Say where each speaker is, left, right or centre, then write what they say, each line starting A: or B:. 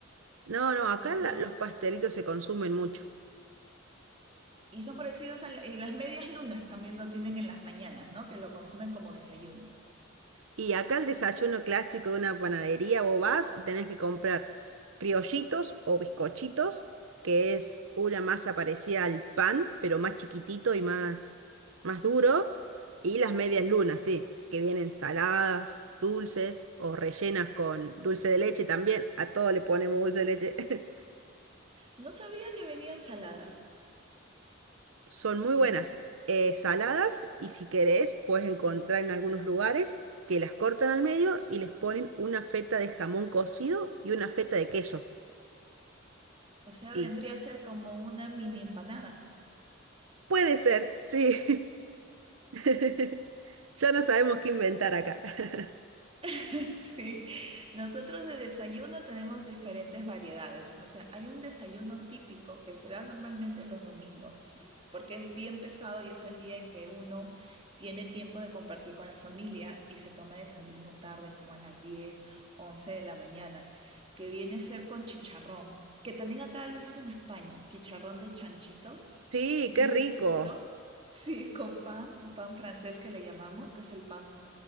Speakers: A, on the right; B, on the right.
A: No, no,
B: Sí,
A: acá la-
B: y,
A: los pastelitos se consumen mucho.
B: y son parecidos a la- y las medias lunas también lo tienen en las mañanas, ¿no? Que lo consumen como desayuno.
A: Y acá el desayuno clásico de una panadería, vos vas y tenés que comprar criollitos o bizcochitos, que es una masa parecida al pan, pero más chiquitito y más, más duro, y las medias lunas, sí, que vienen saladas, dulces o rellenas con dulce de leche también. A todo le ponemos dulce de leche. <laughs>
B: No sabía que venían saladas.
A: Son
B: Sí.
A: muy buenas, eh, saladas y si querés puedes encontrar en algunos lugares que las cortan al medio y les ponen una feta de jamón cocido y una feta de queso.
B: O sea,
A: Y
B: vendría a ser como una mini empanada.
A: puede ser, sí. <laughs> Ya no sabemos qué inventar acá. <laughs>
B: <laughs> Sí, nosotros de desayuno tenemos diferentes variedades. O sea, hay un desayuno típico que se da normalmente los domingos, porque es bien pesado y es el día en que uno tiene tiempo de compartir con la familia y se toma desayuno tarde, como a las 10, 11 de la mañana, que viene a ser con chicharrón, que también acá lo he visto en España, chicharrón de chanchito
A: Sí,
B: bien
A: qué rico.
B: frito, sí, con pan, pan francés que le llamamos, que es el pan